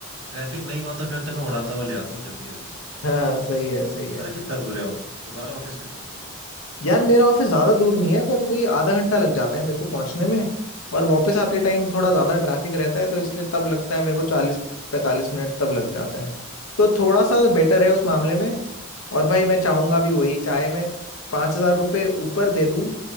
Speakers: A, on the right (about 65°); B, on the left (about 75°).
A: ट्रैफिक नहीं हुआ तो फिर तो मैं उड़ाता हुआ ले आता हूँ जल्दी जल्दी
B: हाँ सही है सही
A: तुम्हारा
B: है
A: कितना दूर है ऑफिस तुम्हारा ऑफिस कितना दूर है
B: यार मेरा ऑफिस ज्यादा दूर नहीं है पर वही आधा घंटा लग जाता है मेरे को पहुंचने में और वापस आते टाइम थोड़ा ज्यादा ट्रैफिक रहता है तो इसलिए तब लगता है मेरे को चालीस पैंतालीस मिनट तब लग जाता है तो थोड़ा सा बेटर है उस मामले में और भाई मैं चाहूंगा भी वही चाहे मैं पाँच हजार रुपये ऊपर दे दूं